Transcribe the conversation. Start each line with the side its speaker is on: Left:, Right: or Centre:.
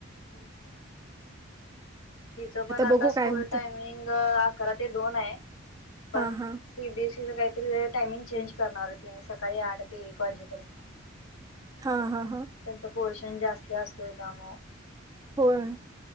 Left: हो हो. तिच पण आता
Right: बघू
Left: स्कूल
Right: काय होते
Left: टायमिंग अकरा ते दोन आहे
Right: हा
Left: पण
Right: हा
Left: सीबीएसईच काही टाइमिंग चेंज करणार होती आणि सकाळी आठ ते एक वाजेपर्यंत.
Right: हा हा. हा
Left: त्यांच पोर्शन जास्ती असतोय त्या मग
Right: होय.